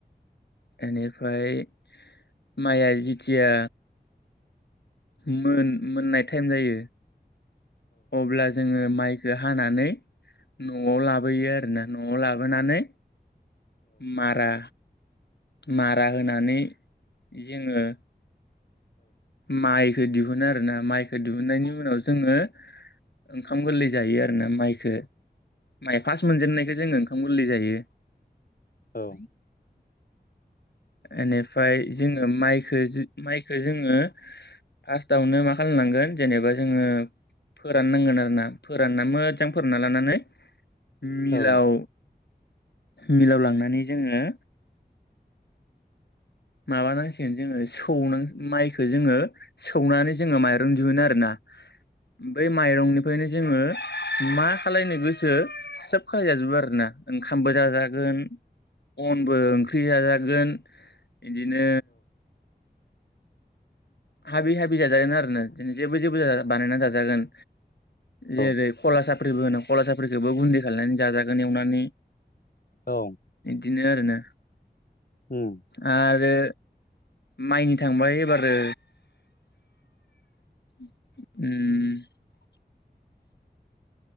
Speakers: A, on the left; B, on the left.
A: एनिफ्राय माइआ जिथिया मोन मोननाय टाइम जायो अब्ला जोंङो माइखो हानानै न'आव लाबोयो आरोना न'आव लाबोनानै मारा मारा होनानै जोंङो माइ दिहुननो आरोना माइखो दिहुननायनि उनाव जोंङो ओंखाम गोरलै जायो आरोना माइखो माइ फास मोनजेननायखौ जोंङो ओंखाम गोरलै जायो ।
B: औ
A: एनिफ्राय जोंङो माइखो जो माइखो जोंङो । फास्टआवनो मा खालामनांगोन जेनेबा जोंङो फोराननांगोन आरोना फोरानना मोजां फोरानना लानानै
B: औ
A: मिलाव मिलाव लांनानै जोंङो माबानांसिगोन जोंङो सौनां माइखौ जोंङो सौनानै जोंङो माइरं दिहोन आरोना । बै माइरंनि फायनो जोंङो मा खालायनो गोसो सोब खालायजाजोबो आरोना ‌। खामबो जाजागोन । अनबो ओंख्रि जाजागोन इदिनो हाबि हाबि जाजागोन आरोना दिनो जेबो जेबो जाजा बानायना जाजागोन
B: औ
A: जेरै कलासा फ्रिबो होनो कला साफ्रिखौबो गुन्दै खालायनानै जाजागोन एवनानै
B: औ
A: दिनो ओरोनो
B: उम
A: आरो माइनि थांबाय ब्लारो उम